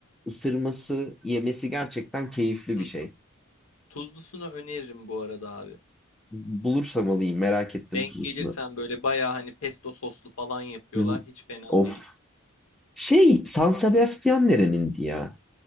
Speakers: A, in the centre; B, on the left.
A: ısırması, yemesi gerçekten keyifli
B: Hı
A: bir şey.
B: hı. Tuzlusunu öneririm bu arada abi.
A: Bulursam alayım merak ettim
B: Denk
A: tuzlusunu.
B: gelirsen böyle bayağı hani pesto soslu falan yapıyorlar.
A: Hı hı.
B: Hiç fena
A: Of.
B: değil.
A: Şey San Sebastian nerenindi ya?